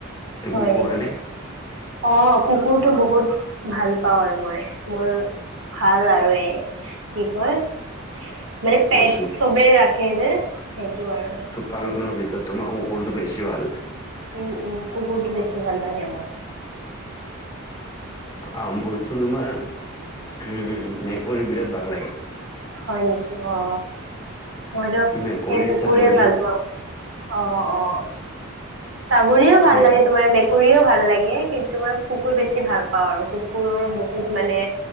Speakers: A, on the left; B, on the right.
A: তুমি
B: হয়
A: পোৱা
B: নেকি
A: নে
B: অ কুকুৰটো বহুত ভাল পাওঁ আৰু মই মোৰ ভাল আৰু এ কি কয় মানে
A: পশু
B: পেট চবে ৰাখে যে সেইটো আৰু
A: পালনৰ ভিতৰত তোমাক কুকুৰটো বেছি ভাল
B: উম উম কুকুৰটো বেছি ভাল লাগে মোক
A: অ মোৰতো তোমাৰ উ মেকুৰী বিৰাট ভাল লাগে
B: হয় নেকি অ মইতো
A: মেকুৰী
B: সেই কুকুৰে
A: ছাগলী
B: ভাল পাওঁ অ অ ছাগলীও ভাল
A: মেকুৰ
B: লাগে তোমাৰ মে মেকুৰীও ভাল লাগে কিন্তু মই কুকুৰ বেছি ভাল পাওঁ আৰু কু কুকুৰৰ বহুত মানে